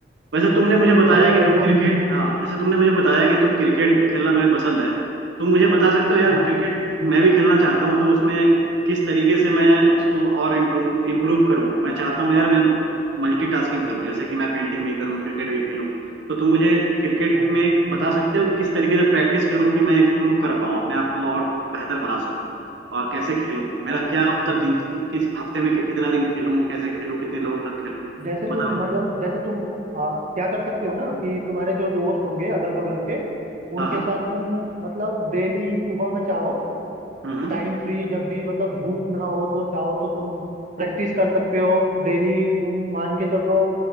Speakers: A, on the right (about 70°); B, on the right (about 45°).
A: वैसे तुमने मुझे बताया
B: हाँ भाई
A: कि
B: जरूर
A: तुम क्रिकेट हाँ जैसे तुमने मुझे बताया कि तुम क्रिकेट खेलना तुम्हें पसंद है तुम मुझे बता सकते हो यार
B: हाँ
A: क्रिकेट मैं भी खेलना चाहता हूँ तो उसमें किस तरीके से मैं उसको और इम्प्रूव इम्प्रूव करूँ मैं चाहता हूँ यार मैं मल्टीटास्किंग करूँ जैसे कि मैं पेंटिंग भी करूँ क्रिकेट भी खेलूँ तो तुम मुझे क्रिकेट
B: हाँ
A: में बता सकते हो किस तरीके से प्रैक्टिस करूँ कि मैं इम्प्रूव कर पाऊँ अपने आप को और बेहतर बना सकूँ और कैसे खेलूँ मेरा
B: हाँ
A: क्या मतलब दिन किस हफ्ते में कि- कितना दिन खेलूँ कैसे खेलूँ कितने लोगों के साथ खेलूँ
B: जैसे तुम
A: बताओ
B: मतलब जैसे तुम आ, क्या कर सकते हो ना कि तुम्हारे जो दोस्त होंगे अगल बगल के उनके
A: हाँ हाँ
B: साथ तुम मतलब डेली सुबह में चाहो
A: हम्म हम्म।
B: टाइम फ्री जब भी मतलब धूप ना हो तो चाहो तो तुम प्रैक्टिस कर सकते हो डेली तुम मान के चलो